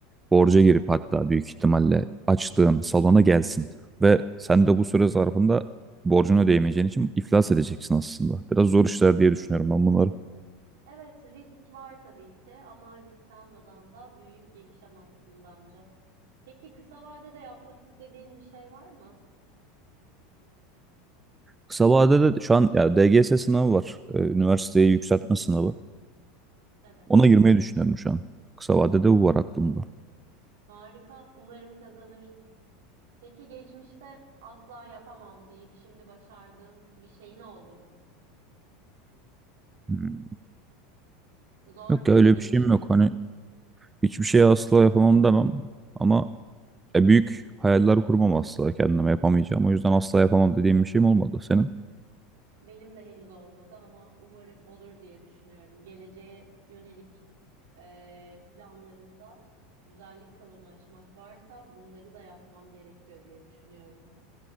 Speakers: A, on the right; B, on the right.
A: borca girip hatta büyük ihtimalle açtığın salona gelsin. Ve sen de bu süre zarfında borcunu ödeyemeyeceğin için iflas edeceksin aslında. Biraz zor işler diye düşünüyorum ben bunları.
B: Evet risk var tabii ki ama risk almadan da büyüyüp gelişemezsin bence. Peki kısa vadede yapmak istediğin bir şey var mı?
A: Kısa vadede de şu an ya DGS sınavı var. Ee, Üniversiteye yükseltme sınavı.
B: Evet.
A: Ona girmeyi düşünüyorum şu an. Kısa vadede bu var aklımda.
B: Harika. Umarım kazanırsın. Peki geçmişte asla yapamam deyip şimdi başardığın bir şeyin oldu mu?
A: Hmm.
B: Zor
A: Yok
B: bir soruydu
A: ya öyle bir şeyim
B: değil
A: yok.
B: mi?
A: Hani hiçbir şey asla yapamam demem. Ama e, büyük hayaller kurmam asla kendime yapamayacağım. O yüzden asla yapamam dediğim bir şeyim olmadı. Senin?
B: Benim de henüz olmadı ama umarım olur diye düşünüyorum. Geleceğe yönelik eee, planlarımda güzellik salonu açmak varsa bunları da yapmam gerekiyor diye düşünüyorum.